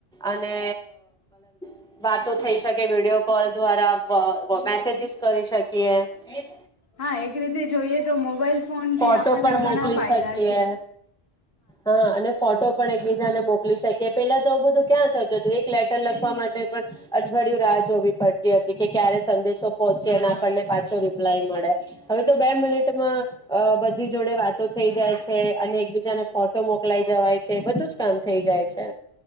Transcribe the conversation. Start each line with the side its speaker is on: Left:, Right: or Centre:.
Centre: અને <unintelligible> વાતો થઈ શકે વિડીયો કોલ દ્વારા મેસેજીસ કરી શકે કે
Left: હા એક રીતે જોઈએ તો મોબાઈલ ફોનથી
Centre: ફોટો
Left: આપણને
Centre: પણ મોકલી
Left: ઘણા ફાયદા
Centre: શકીએ
Left: છે
Centre: હા અને ફોટો પણ એકબીજાને મોકલી શકીએ. કે પેલા તોું બધું ક્યાં થતું હતું એક લેટર લખવા માટે પણ અઠવાડિયું રાહ જોવી પડતી હતી કે ક્યારે સંદેશો પહોંચીને આપણને પાછો રિપ્લાય મળે. હવે તો બે મિનિટમાં અ બધી જોડે વાતો થઈ જાય છે અને એકબીજાને ફોટો મોકલાઈ જવાય છે બધું જ કામ થઇ જાય છે.